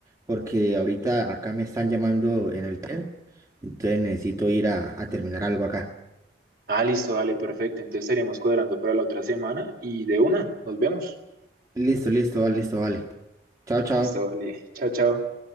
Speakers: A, on the right (about 20°); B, on the right (about 50°).
A: porque ahorita acá me están llamando en el TER. Entonces, necesito ir a, a terminar algo acá.
B: Ah, listo, vale, perfecto. Entonces estaríamos cuadrando para la otra semana y de una, nos vemos.
A: Listo, listo, vale, listo, vale. Chao, chao.
B: Listo, vale. Chao, chao.